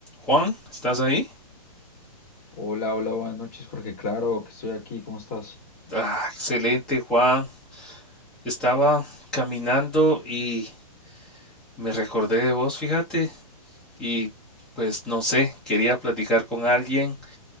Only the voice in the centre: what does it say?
Juan, ¿estás ahí?
Ah, excelente, Juan. Estaba caminando y me recordé de vos, fíjate, y pues no sé, quería platicar con alguien,